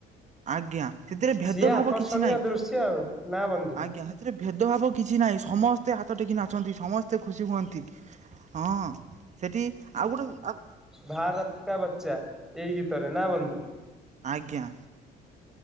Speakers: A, on the right (about 45°); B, in the centre.
A: ଆଜ୍ଞା ସେଥିରେ ଭେଦଭାବ
B: ସିଏ ଆକର୍ଷଣୀୟ
A: କିଛି ନାହିଁ
B: ଦୃଶ୍ୟ ଆଉ ନା ବନ୍ଧୁ
A: ଆଜ୍ଞା। ସେଥିରେ ଭେଦଭାବ କିଛି ନାହିଁ। ସମସ୍ତେ ହାତ ଟେକି ନାଚନ୍ତି ସମସ୍ତେ ଖୁସି ହୁଅନ୍ତି। ହଁ ସେଠି ଆଉ ଗୋଟେ ଆଉ
B: ଭାରତକା ବଚ୍ଚା ଏଇ ଗୀତରେ ନା ବନ୍ଧୁ?
A: ଆଜ୍ଞା।